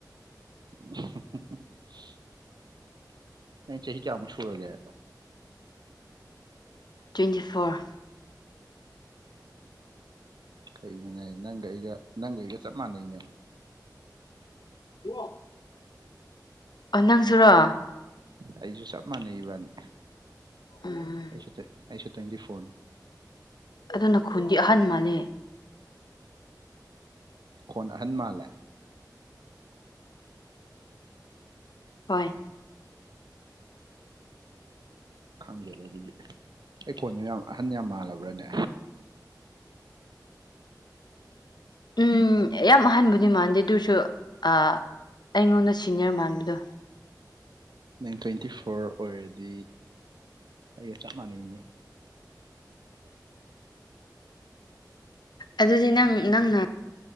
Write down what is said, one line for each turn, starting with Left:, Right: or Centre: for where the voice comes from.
Right: <unintelligible> ꯅꯪ ꯆꯦꯍꯤ ꯀꯌꯃꯨꯛ ꯁꯨꯔꯒꯦ
Left: ꯇ꯭ꯋꯦꯟꯇꯤ ꯐꯣꯔ <inaudible>
Right: ꯀꯩꯅꯣꯅꯦꯩꯍꯥꯏꯁꯦ ꯅꯪꯒ ꯑꯩꯒ ꯅꯪꯒ ꯑꯩꯒ ꯆꯞ ꯃꯥꯟꯅꯩꯅꯦ
Left: ꯑꯣ <unintelligible> ꯑꯥ ꯅꯪꯁꯨꯔꯣ
Right: ꯑꯩꯁꯨ ꯆꯞ ꯃꯥꯟꯅꯩ ꯏꯕꯅꯤ
Left: ꯎꯝ
Right: ꯑꯩꯁꯨ ꯑꯩꯁꯨ ꯇ꯭ꯋꯦꯟꯇꯤ ꯐꯣꯔꯅꯦ
Left: ꯑꯗꯨꯅ ꯈꯨꯟꯗꯤ ꯑꯍꯟ ꯃꯥꯜꯂꯦ
Right: ꯈꯣꯟ ꯑꯍꯟ ꯃꯥꯜꯂꯦ
Left: ꯍꯣꯏ
Right: ꯈꯪꯗꯦꯗ ꯑꯗꯨꯗꯤ ꯑꯩ ꯈꯣꯟꯖꯦ ꯌꯥꯝ ꯑꯍꯟ ꯌꯥꯝ ꯃꯥꯜꯂꯕ꯭ꯔꯅꯦ
Left: ꯎꯝ ꯌꯥꯝ ꯑꯍꯟꯕꯨꯗꯤ ꯃꯥꯟꯗꯦ ꯑꯗꯨꯁꯨ ꯑꯥ ꯑꯩꯉꯣꯟꯗ ꯁꯤꯅꯤꯌꯔ ꯃꯥꯟꯕꯗꯣ
Right: ꯅꯪ ꯇ꯭ꯋꯦꯟꯇꯤ ꯐꯣꯔ ꯑꯣꯏꯔꯗꯤ ꯑꯩꯒ ꯆꯞ ꯃꯅꯩꯅꯦ
Left: ꯑꯗꯨꯗꯤ ꯅꯪ ꯅꯪꯅ